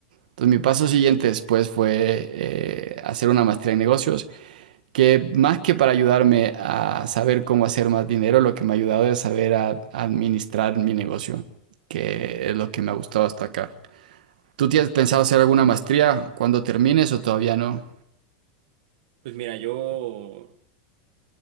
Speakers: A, on the right; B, on the right.
A: Entonces mi paso siguiente después fue eh, hacer una maestría en negocios que más que para ayudarme a saber cómo hacer más dinero, lo que me ha ayudado es saber a- administrar mi negocio, que es lo que me ha gustado hasta acá. ¿Tú tienes pensado hacer alguna maestría cuando termines o todavía no?
B: Pues mira, yo